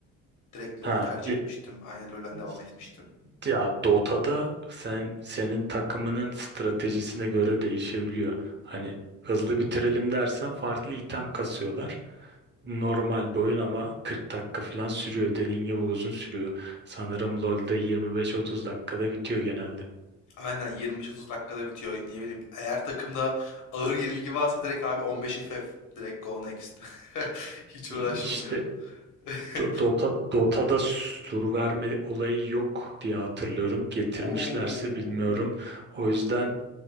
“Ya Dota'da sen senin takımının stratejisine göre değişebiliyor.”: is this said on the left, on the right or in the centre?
Right